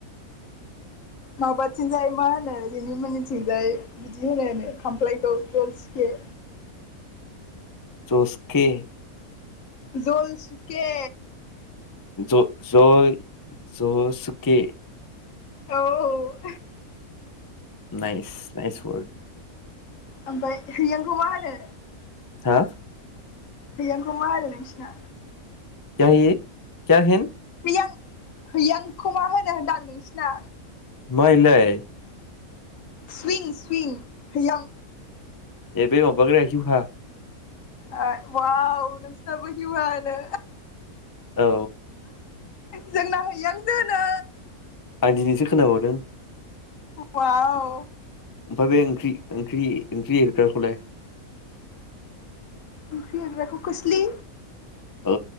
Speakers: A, on the left; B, on the left.
A: माबाथिंजाय मा होनो जेनिमोननिथिंजाय बिदि होनोनो खामफ्लायखौ जलसिके
B: जसके
A: जल सुके
B: ज ज' ज'सुके
A: औ औ।
B: नाइस नाइस वरक।
A: ओमफाय हैयांखौ मा होनो?
B: हा?
A: हैयांखौ मा होनो नोंसिना?
B: क्या है येह क्या हेन?
A: हैयां हैयांखौ मा होनो होनदां नोंसिना?
B: मा इलाय?
A: सुयिं सुयिं हैयां।
B: ए बै माबाग्राया हिउहा
A: ओ वाव नोंसिनाबो हिवहा होनो।
B: औ।
A: जोंना हैयांसो होनो।
B: आं दिनैसो खोनाबावदों।
A: वाव।
B: ओमफाय बे ओंख्रिं ओंख्रि ओंख्रिर एरग्राखौलाय?
A: ओंख्रिं एरग्राखौ खोस्लि।
B: औ